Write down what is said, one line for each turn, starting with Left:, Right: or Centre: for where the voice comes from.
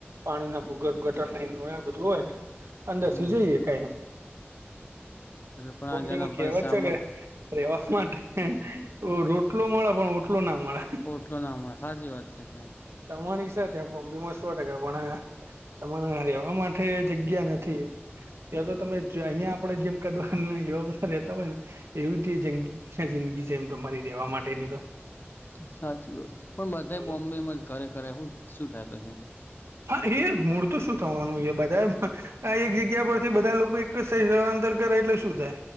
Right: પાણી ના ભૂગર્ભ ગટર લાઈન હોય આ બધું હોય અંદર
Left: હમ
Right: સુધી જોઈ હકાય એમ
Left: પણ
Right: બોમ્બેમાં
Left: જેના
Right: કહેવત
Left: સામાન
Right: છે કે રેવા માટે રોટલો મળે પણ ઓટલો ના મળે
Left: ઓટલો ના મળે સાચી વાત છે છે
Right: કમાણી છે ત્યાં બોમ્બેમાં સો ટકા પણ હવે આ તમારે અહીંયા રહેવા માટે જગ્યા નથી ત્યાં તો તમે અહિયાં આપડે જેમ કે દ્વા અને એવા બધા રહેતા હોય ને એવી તે જિંદ જિંદગી જેમ તમારી રહેેવા માટેની તો
Left: સાચી વાત છે પણ બધાઈ
Right: હમ
Left: બોમ્બે માં જ ઘરે ઘરે હું શું થાય પછી
Right: હા એ મૂળ તો શું થવાનું એ બધાઈ આ એક જગ્યા પરથી બધા લોકો એક જ સ્થળાંતર કરે એટલે શું થાય